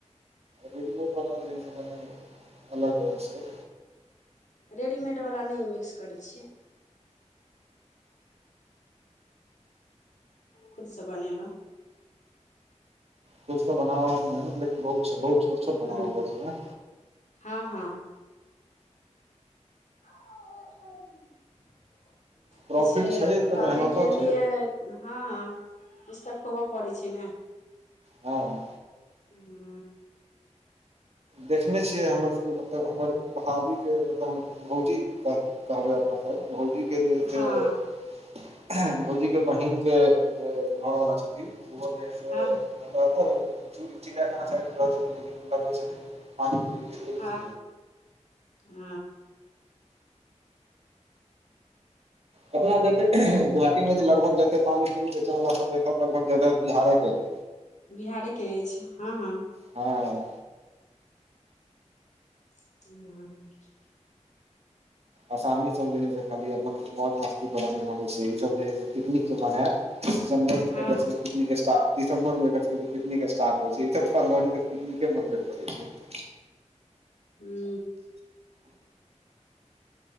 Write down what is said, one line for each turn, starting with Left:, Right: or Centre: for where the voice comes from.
Right: रेडिमेड वाला जे होय छै कनी अलग रहै छै
Left: रेडीमेडवला नहि मिक्स करै छियै खुद से बनेलहुँ
Right: खुद से बनाबऽ मे मेहनत लेकिन बहुत छै बहुत छोट छोट बनाब
Left: ह
Right: पड़ छै
Left: हँ हँ ओ
Right: प्रॉफिट
Left: किछु
Right: छै तऽ
Left: पाबैन
Right: मेहनतो
Left: के
Right: छै
Left: लिए हँ हँ किछु तऽ खोबऽ पड़ै छै ने
Right: हँ
Left: ह <inaudible>
Right: देखने छियै हमर के मतलब हमर भाभी के मतलब हमर भौजी कऽ कहब अप भौजी के जे छै
Left: हँ
Right: भौजी के बहिन के जे घर वाला छथि ओहो जे छै
Left: हँ
Right: चिड़ियाखाना साइड मे रहै छथिन लेकिन हुनका कहै छथिन पानी पूरी एबी
Left: ह
Right: सी
Left: ह
Right: अपतना जते गोहाटी मे लगभग जते पानी पू बेचे वाला सभ सभ लगभग जते बिहारे के <inaudible>
Left: बिहारे के अछि ह ह
Right: ह
Left: ह।
Right: आसामी सभ जे है से खाली अपन मौज मस्ती करय मे चे छै ई सभ जे है से पिकनि क जे मनायत जनवरी मे
Left: हँ
Right: अगस्त
Left: हँ
Right: पिकनिक
Left: ह
Right: स्टारट। दिसम्बर मे अगस्त मे पिकनिक स्रट हो छै फरवरी तक पिकनिक मनबैत रहै छै
Left: हू।